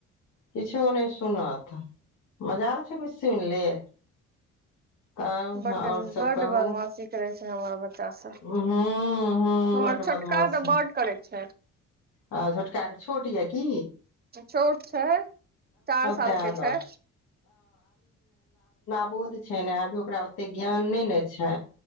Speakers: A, on the left (about 75°); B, on the right (about 30°).
A: किछो नहि सुनत, मजाल छै किछु सुनि लेत। तब
B: बड
A: और सब
B: बड
A: कहु,
B: बदमाशी करै छै हमर बच्चा सब
A: हुं हुं
B: हमर
A: बड
B: छोटका
A: बदमाशी
B: तऽ बड करै छै
A: आ छोटका छोट ये कि
B: छोट छै, चार सालके
A: तें दुआरे
B: छै।
A: बौध छै ने अभी ओकरा ओते ज्ञान नहि ने छै।